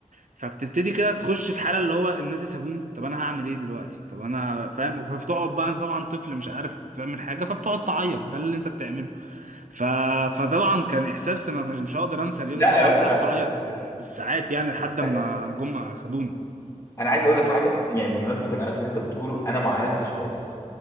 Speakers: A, on the right; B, on the left.
A: فبتبتدي كده تخش في حاله اللي هو الناس دي سابوني طب انا هعمل ايه دلوقتي طب انا فاهم فبتقعد بقى انت طبعا طفل مش عارف تعمل حاجه فبتقعد تعيط ده اللي انت بتعمله ف... فطبعا كان احساس ما مش مش هقدر انسى اليوم
B: لا
A: ده طبعا
B: يا باشا
A: قعدت اعيط ب... بالساعات يعني لحد
B: بس
A: ما جم خدوني
B: انا عايز اقول لك حاجة يعني بمناسبة العياط اللي انت بتقوله انا ما عيطتش خالص